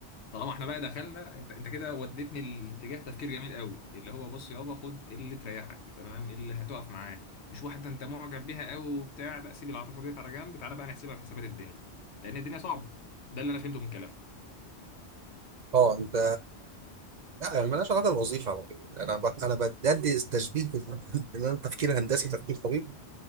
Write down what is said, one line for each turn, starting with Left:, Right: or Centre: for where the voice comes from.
Left: طالما احنا بقى دخلنا انت انت كده وديتني الاتجاه تفكير جميل قوي اللي هو بص يابا خد اللي تريحك تمام اللي هتقف معاه مش واحدة انت معجب بيها قوي وبتاع لا سيب العاطفة ديت على جنب تعالى بقى نحسبها بحسابات الدنيا لان الدنيا صعبة ده اللي انا فهمته من كلامك
Right: اه انت لا يعني مالهاش علاقه بالوظيفه على فكره انا بت... انا بدي تشبيه بال- <laughs> ان انا تفكير هندسي تفكير طبيب